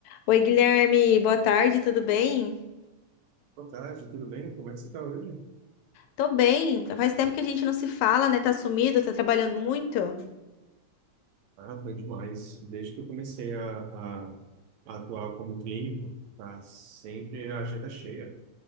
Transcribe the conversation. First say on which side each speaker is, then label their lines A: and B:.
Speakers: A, on the left; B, on the right.
A: Oi, Guilherme, boa tarde, tudo bem?
B: Boa tarde, tudo bem? Como é que você está hoje?
A: Tô bem. Faz tempo que a gente não se fala, né? Tá sumido, tá trabalhando muito?
B: Ah, foi demais. Desde que eu comecei a, a- a atuar como clínico, tá sempre a agenda cheia.